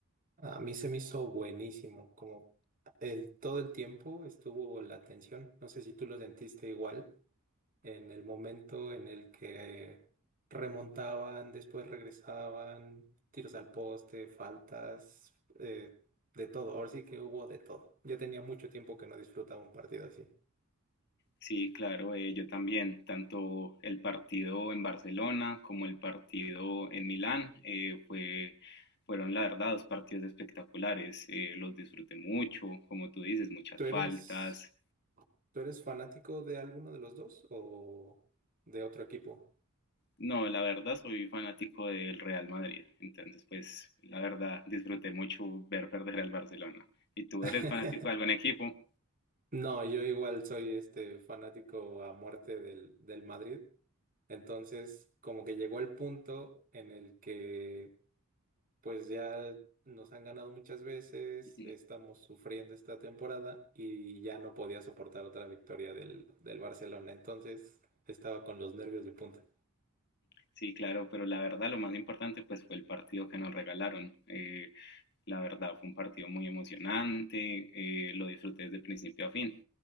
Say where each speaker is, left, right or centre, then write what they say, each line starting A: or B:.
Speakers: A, on the right (about 40°); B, on the left (about 50°).
A: A mí se me hizo buenísimo, como el, todo el tiempo estuvo la tensión. No sé si tú lo sentiste igual. en el momento en el que remontaban, después regresaban, tiros al poste, faltas, eh, de todo. Ahora sí que hubo de todo. Ya tenía mucho tiempo que no disfrutaba un partido así.
B: Sí, claro, eh, yo también, tanto el partido en Barcelona como el partido en Milán, eh, fue, fueron la verdad dos partidos espectaculares, eh, los disfruté mucho, como tú dices, muchas
A: ¿Tú eres,
B: faltas.
A: tú eres fanático de alguno de los dos o de otro equipo?
B: No, la verdad soy fanático del Real Madrid, entonces pues la verdad disfruté mucho ver perder al Barcelona. ¿Y tú
A: <laughs>
B: eres fanático de algún equipo?
A: No, yo igual soy este fanático a muerte del, del Madrid. Entonces, como que llegó el punto en el que pues ya nos han ganado muchas veces,
B: <laughs>
A: estamos sufriendo esta temporada y ya no podía soportar otra victoria del, del Barcelona, entonces estaba con los nervios de punta.
B: Sí, claro, pero la verdad lo más importante pues fue el partido que nos regalaron. Eh, La verdad, fue un partido muy emocionante, eh, lo disfruté desde principio a fin.